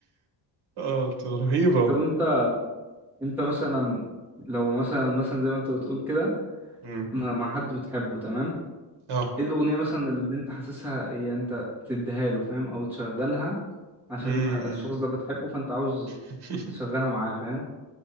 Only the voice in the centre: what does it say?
طب انت انت مثلا لو مثلا مثلا زي ما انت بتقول كده
مع مع حد بتحبه تمام
ايه الأغنية مثلا اللي انت حاسسها هي انت تديها له فاهم او تشغلها عشان
انت الشخص ده بتحبه فانت عاوز
تشغلها معاه فاهم